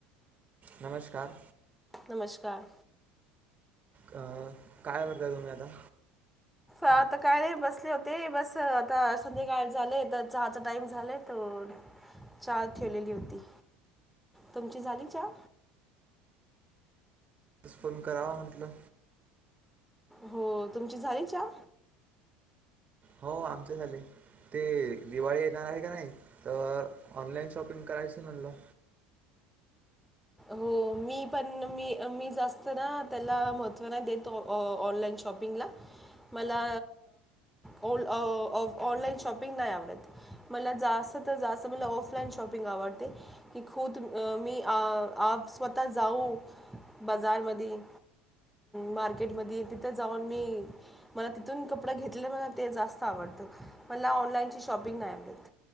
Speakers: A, on the right; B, in the centre.
A: नमस्कार.
B: नमस्कार.
A: अ काय करताय तुम्ही आता.
B: आता काय नाही बसले होते बस आता संध्याकाळ झाले तर चहाचा टाइम झालाय त चहा ठेवलेली होती तुमची झाली चहा.
A: आज फोन करावा म्हटलं.
B: हो तुमची झाली चहा.
A: हो आमचे झाले ते दिवाळी येणार आहे का नाही तर ऑनलाईन शॉपिंग करायच म्हटलं.
B: हो मी पण मी मी जास्त ना त्याला महत्व नाही देत ऑनलाईन शॉपिंगला मला ऑनलाईन शॉपिंग नाही आवडत मला जास्त तर जास्त मला ऑफलाईन शॉपिंग आवडते की खुद मी आप स्वतः जाऊ बाजारमध्ये मार्केटमधी तिथं जाऊन मी मला तिथून कपडा घेतले मला ते जास्त आवडतं. मला ऑनलाईनची शॉपिंग नाय आवडतं.